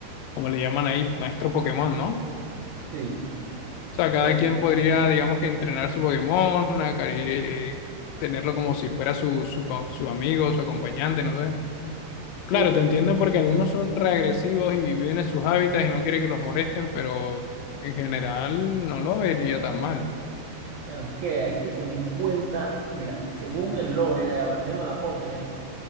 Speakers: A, on the left; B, on the right.
A: como le llaman ahí, maestro Pokémon, ¿no? O
B: Sí,
A: sea, cada
B: pero...
A: quien podría, digamos que entrenar su Pokémon, acari- eh, tenerlo como si fuera su, su, co- su amigo, su acompañante, no sé. Claro,
B: Sí, pero
A: te entiendo porque algunos son reagresivos y viven en sus hábitats y no quiere que los molesten, pero en general no lo vería tan mal.
B: Bueno, es que hay que tener en cuenta, mira, según el lore, a- viendo la Pokédex,